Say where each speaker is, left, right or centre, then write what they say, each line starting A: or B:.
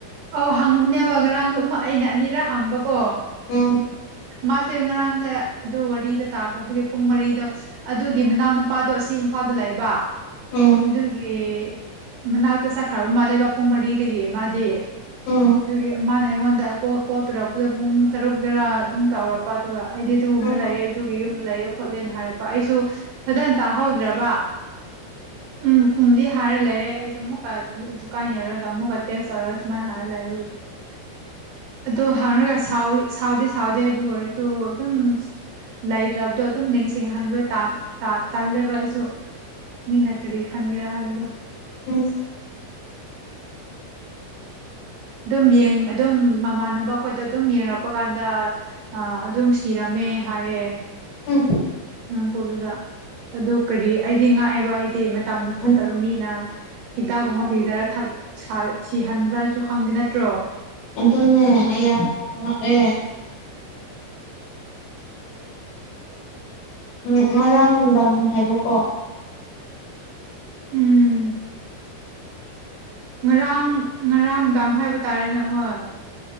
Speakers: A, on the right (about 75°); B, on the left (about 65°).
A: ꯑꯧ ꯍꯪꯕꯅꯦꯕ ꯉꯔꯥꯡꯁꯨ ꯑꯃꯨꯛ ꯑꯩꯅ ꯑꯅꯤꯔꯛ ꯍꯪꯕꯀꯣ
B: ꯎꯝ
A: ꯃꯥꯁꯦ ꯉꯔꯥꯡꯁꯦ ꯑꯗꯨ ꯋꯥꯔꯤꯗꯨ ꯇꯥꯈ꯭ꯔꯕꯒꯤ ꯄꯨꯡ ꯃꯔꯤꯗ ꯑꯗꯨꯒꯤ ꯃꯅꯥꯎ ꯅꯨꯄꯥꯗꯣ ꯑꯁꯤ ꯏꯝꯐꯥꯜꯗ ꯂꯩꯕ
B: ꯎꯝ
A: ꯑꯗꯨꯒꯤ ꯃꯅꯥꯛꯇ ꯆꯠꯈ꯭ꯔꯕ ꯃꯥꯜꯂꯦꯕ ꯄꯨꯡ ꯃꯔꯤꯗꯒꯤ ꯃꯥꯗꯤ
B: ꯎꯝ
A: ꯑꯗꯨꯒꯤ ꯃꯥꯅ ꯑꯩꯉꯣꯟꯗ ꯀꯣꯜ ꯇꯧꯔꯛꯄꯥꯗ ꯄꯨꯡ ꯇꯔꯨꯛ ꯇꯔꯥ ꯑꯗꯨꯝ ꯇꯥꯎꯔꯛꯄ ꯑꯗꯨꯒ ꯑꯩꯗꯤ ꯑꯗꯨꯒꯒꯨꯝꯅ
B: ꯎꯝ
A: ꯂꯩꯑꯦ ꯑꯗꯨꯒꯤ ꯌꯨꯝꯗ ꯂꯩꯌꯦ ꯈꯣꯠꯂꯦꯅ ꯍꯥꯏꯔꯛꯄ ꯑꯩꯁꯨ ꯐꯖꯅ ꯇꯥꯍꯧꯗ꯭ꯔꯕ ꯎꯝ ꯎꯝꯗꯤ ꯍꯥꯏꯔꯦ ꯂꯩꯔꯦ ꯑꯩꯁꯨ ꯑꯃꯨꯛꯀꯥ ꯗꯨꯀꯥꯟ ꯌꯧꯔꯒ ꯑꯃꯨꯛꯀꯥ ꯇꯦꯛꯁ ꯇꯧꯔ ꯁꯨꯃꯥꯏꯅ ꯍꯥꯏꯔ ꯂꯩꯕꯒꯤ ꯑꯗꯨ ꯍꯪꯔꯥꯒꯥ ꯁꯥꯎꯗꯤ ꯁꯥꯎꯗꯦ ꯑꯗꯨ ꯑꯣꯏꯔꯁꯨ ꯑꯗꯨꯝ ꯂꯩꯇ꯭ꯔꯕꯗꯣ ꯑꯗꯨꯝ ꯅꯤꯡꯁꯤꯡꯍꯟꯕꯗꯣ ꯇꯥ ꯇꯜꯂꯦꯕ ꯑꯩꯁꯨ ꯃꯤꯅ ꯀꯔꯤ ꯈꯟꯒꯦꯔꯥ ꯍꯥꯏꯕꯗꯣ
B: <unintelligible>
A: ꯑꯗꯨꯝ ꯌꯦꯡ ꯑꯗꯨꯝ ꯃꯃꯥꯟꯅꯕ ꯑꯩꯈꯣꯏꯗ ꯑꯗꯨꯝ ꯌꯦꯡꯉꯛꯄ ꯀꯥꯟꯗ ꯑꯥ ꯑꯗꯨꯝ ꯁꯤꯔꯝꯃꯦ ꯍꯥꯏꯌꯦ
B: ꯎꯝ
A: ꯉꯥꯡꯄꯣꯗꯨꯗ ꯑꯗꯨ ꯀꯔꯤ ꯑꯩꯗꯤ ꯉꯥꯛꯑꯦꯕ ꯑꯩꯗꯤ ꯃꯇꯝꯅ ꯐꯠꯇꯕ
B: ꯎꯝ
A: ꯃꯤꯅ ꯍꯤꯗꯥꯛꯒꯨꯝꯕ ꯄꯤꯖꯔ ꯊꯛ ꯁꯤꯍꯟꯕ꯭ꯔꯁꯨ ꯈꯪꯗꯦ ꯅꯠꯇ꯭ꯔꯣ
B: ꯑꯗꯨꯅꯦ
A: ꯀꯃꯥꯏ
B: ꯑꯦ ꯌꯥ ꯑꯦ ꯌꯥ ꯉꯥꯛꯑꯦ ꯎꯝ ꯉꯔꯥꯡ ꯅꯨꯡꯗꯥꯡꯅꯤ ꯍꯥꯏꯕꯀꯣ
A: ꯎꯝ ꯉꯔꯥꯡ ꯉꯔꯥꯡꯅꯨꯡꯗꯥꯥꯡ ꯍꯥꯏꯕ ꯇꯥꯔꯦꯅꯦ ꯍꯣꯏ